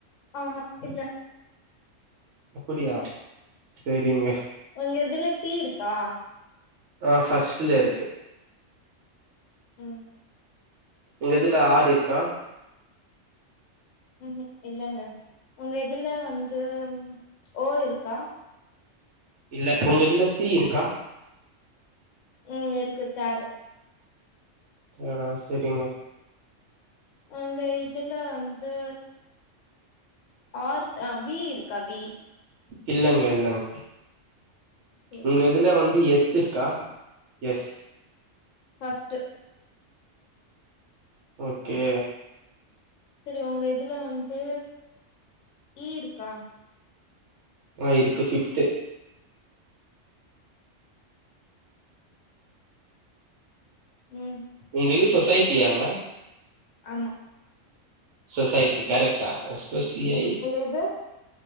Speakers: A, on the left; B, on the right.
A: ஆமா இல்ல
B: அப்புடியா செரிங்க
A: ஒங்க இதுல டீ இருக்கா
B: ஆ ஃபர்ஸ்ட்ல இருக்கு
A: ம்
B: எங்க இதல ஆர் இருக்கா
A: ம் ம் இல்லங்க ஒங்க இதுல வந்து ம் ஓ இருக்கா
B: இல்ல ஒங்க இதுல சி இருக்கா
A: ம் இருக்கு தேர்டு
B: ஏறா செரிங்க
A: அங்க இதுல வந்து ஆர் அ வி இருக்கா வி
B: இல்லங்க இல்லங்க
A: சரி
B: உங்க இதுல வந்து எஸ் இருக்கா எஸ்
A: ஃபஸ்ட்டு
B: ஓகே
A: செரி ஒங்க இதுல வந்து ஈ இருக்கா
B: ஆ இருக்கு ஃபிப்த்து
A: ம்
B: உங்க இது சொசைட்டியாங்க
A: ஆம்மா
B: சொசைட்டி கரெக்டா எஸ்பஸ்தியை
A: எது